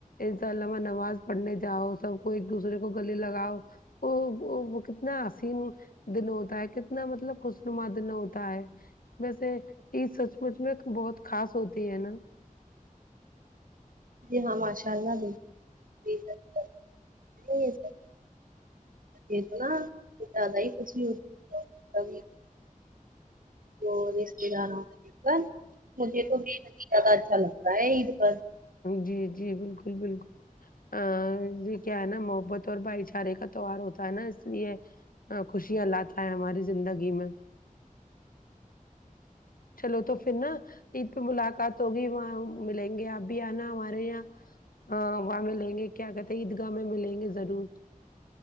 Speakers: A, on the left (about 85°); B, on the right (about 75°).
A: انشاء الامہ نماز پڑھنے جاؤ سب کو ایک دوسرے کو گلے لگاؤ او وہ وہ کتنا حسین دن ہوتا ہے کتنا مطلب خوشنما دن ہوتا ہے ویسے عید سچ مچ میں بہت خاص ہوتی ہے نا
B: جی ہاں ماشاء اللہ بالکل <unintelligible> یے تو نا کچھ زیادہ ہی خوشی ہوتی کبھی تو رشتے داروں دیکھ کر مجھے تو <unintelligible> اچھا لگتا ہے عید پر
A: جی جی بالکل بالکل آ یے کیا ہے نا محبت اور بھائی چارے کا تہوار ہوتا ہے نا اس لیے آ خوشیاں لاتا ہے ہماری زندگی میں چلو تو پھر نا عید پے ملاقات ہوگی وہاں ملیں گے آپ بھی آنا ہمارے یہاں ہاں وہاں ملیں گے کیا کہتے ہیں عیدگاہ میں ملیں گے ضرور